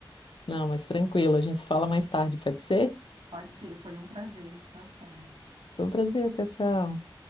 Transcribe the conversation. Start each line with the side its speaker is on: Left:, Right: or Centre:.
Left: Não, mas tranquilo, a gente se fala mais tarde, pode ser?
Right: Pode ser, foi um prazer. Tchau, tchau.
Left: Foi um prazer, tchau, tchau.